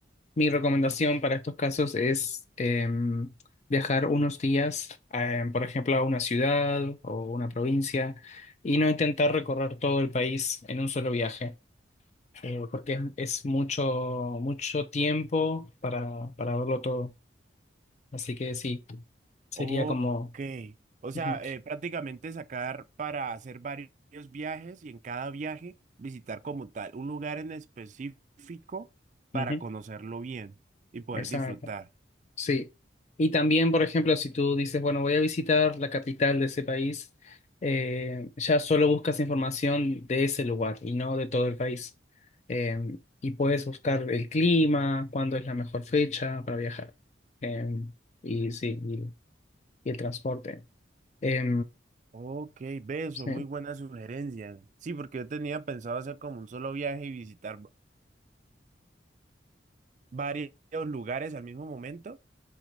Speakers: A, on the left (about 35°); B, on the right (about 40°).
A: mi recomendación para estos casos es em, viajar unos días, em, por ejemplo, a una ciudad o una provincia y no intentar recorrer todo el país en un solo viaje, eh, porque es, es mucho, mucho tiempo para, para verlo todo. Así que sí, sería
B: Ok.
A: como...
B: O sea,
A: ujú,
B: eh, prácticamente sacar para hacer varios viajes y en cada viaje visitar como tal un lugar en específico para
A: ujú,
B: conocerlo bien y poder
A: esa.
B: disfrutar.
A: Sí, y también, por ejemplo, si tú dices, bueno, voy a visitar la capital de ese país, eh, ya solo buscas información de ese lugar y no de todo el país. Eh, y puedes buscar el clima, cuándo es la mejor fecha para viajar. Eh, y sí, y, y el transporte. Eh,
B: Ok, ve,
A: sí,
B: son muy buenas sugerencias. Sí, porque yo tenía pensado hacer como un solo viaje y visitar va- varios lugares al mismo momento.